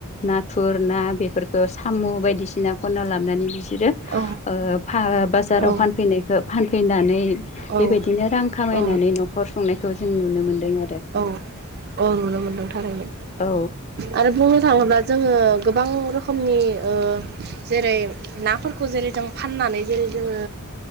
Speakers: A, on the left; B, on the right.
A: नाथुर ना बेफोरखौ साम' बायदिसिना खनना लाबनानै बि ओ
B: औ
A: बाजाराव
B: औ
A: फानफैनायखौ फानफैनानै
B: औ
A: बेबायदिनो रां खामायनानै
B: औ
A: न'खर सुंनायखौ जों नुनो मोन्दों आरो।
B: अ नुनो मोनदों थारैनो।
A: औ
B: आरो बुंनो थाङोब्ला जोङो गोबां रोखोमनि ओ जेरै नाफोरखौ जेरै जों फाननानै जेरै जोङो